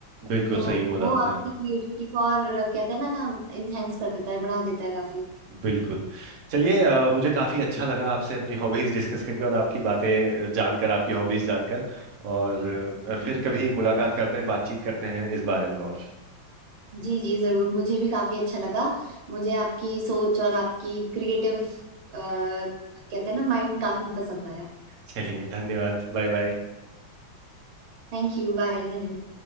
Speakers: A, on the right; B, on the right.
A: बिल्कुल
B: तो
A: सही बोला
B: वो
A: आपने
B: आपकी क्रिएटिविटी को और अ, कहते हैं ना इनहेंस कर देता है बढ़ा देता है काफी
A: बिल्कुल चलिए अ, मुझे काफ़ी अच्छा लगा आपसे अपनी हॉबीज़ डिस्कस करके और आपकी बातें जानकर आपकी हॉबीज़ जानकर और अ, फिर कभी मुलाकात करते हैं बातचीत करते हैं इस बारे में और
B: जी जी जरूर मुझे भी काफी अच्छा लगा मुझे आपकी सोच और आपकी क्रिएटिव कहते हैं ना माइंड काफी पसंद आया
A: चलिए धन्यवाद बाय बाय
B: थैंक यू बाय धन्यवाद